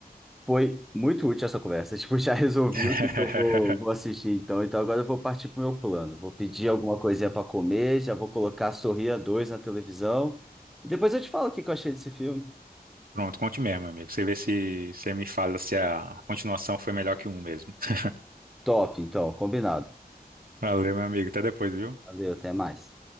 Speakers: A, in the centre; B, on the right.
A: foi muito útil essa conversa. <laughs> Tipo, já resolvi
B: <laughs>
A: o que eu vou, vou assistir então. Então agora eu vou partir pro meu plano. Vou pedir alguma coisinha para comer, já vou colocar Sorria dois na televisão. E depois eu te falo o que que eu achei desse filme.
B: Pronto, conte mesmo, meu amigo. Você vê se você me fala se a continuação foi melhor que um mesmo. <laughs>
A: Top, então, combinado.
B: Valeu, meu amigo. Até depois, viu?
A: Valeu, até mais.